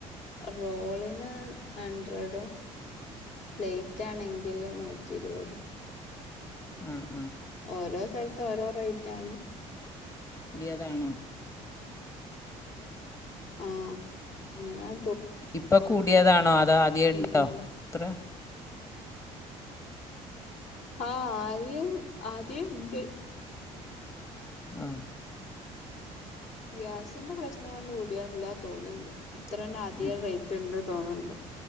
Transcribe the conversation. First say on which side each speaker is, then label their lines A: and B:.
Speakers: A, on the left; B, on the left.
A: റോളിന് ഹഡ്രഡും പ്ലേറ്റ് ആണെങ്കില് നൂറ്റി ഇരുപത്
B: ആഹ
A: ഓരോ സ്ഥലത്ത ഓരോ റേറ്റ് ആണ്
B: ഇടിയതാണോ
A: ആഹ അ
B: ഇപ്പൊ കൂട്ടിയതാണോ അതോ ആദ്യ ഉണ്ടോ
A: എന്താ
B: അത്ര
A: ആഹ ആദ്യ ആദ്യ ഉണ്ട്
B: ആഹ
A: ഗ്യാസിന്റെ പ്രശ്നം കൊണ്ട് കൂടിയല്ല തോന്നുന്നുണ്ട് അത്ര തന്നെ ആദ്യിക
B: ഉം
A: റേറ്റ് ഉണ്ട് തോന്നണ്ടോ